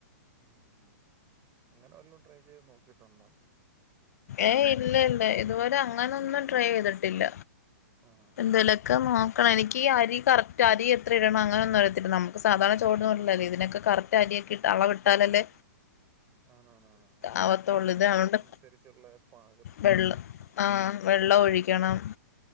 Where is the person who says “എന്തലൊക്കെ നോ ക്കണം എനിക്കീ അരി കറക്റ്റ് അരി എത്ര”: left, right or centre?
Left